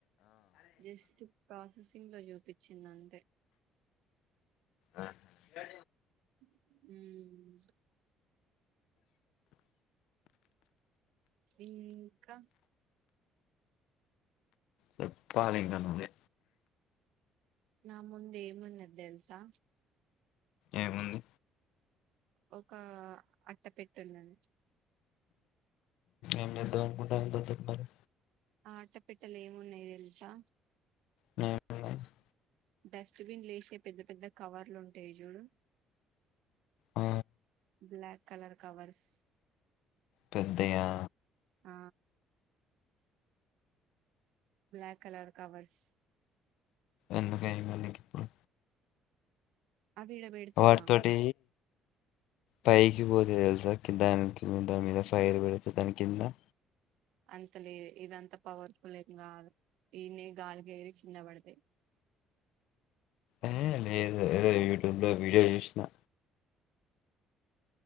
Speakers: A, on the right; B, on the left.
A: జస్ట్ ప్రాసెస్ ఇండ్లో చూపించింది అంతే.
B: ఆ హా
A: మ్మూ ఇంకా
B: చెప్పాలి ఇంక నువ్వే
A: నా ముందు ఏమున్నది తెల్సా.
B: ఏముంది
A: ఒక అట్ట పెట్టుందన్
B: ఏం చేద్దాం అనుకుంటున్నారు దాని తోటి మరి
A: ఆ అట్టపెట్టలో ఏమున్నాయో తెలుసా.
B: మే <unintelligible>
A: డస్ట్బిన్లా ఏసే పెద్ద పెద్ద కవర్లు ఉంటయి చూడు
B: అ
A: బ్లాక్ కలర్ కవర్స్
B: పెద్దయా?
A: ఆ బ్లాక్ కలర్ కవర్స్
B: ఎందుకే మళ్ళీ గిప్పుడు
A: అవి ఈడ పెడతారు
B: వాటీతోటీ
A: మాకు
B: పై గ్గిపోతే తెలుసా కిదా దాని కిందా దాన్ మీద ఫైర్ పెడితే దాని కింద
A: అంత లేదు ఇదంత పవర్ఫుల్ ఏం కాదు. ఈన్నే గాలికి ఏగిరి కింద పడితే.
B: ఏ లేదు ఏదో యూట్యూబ్ లో వీడియో చూసినా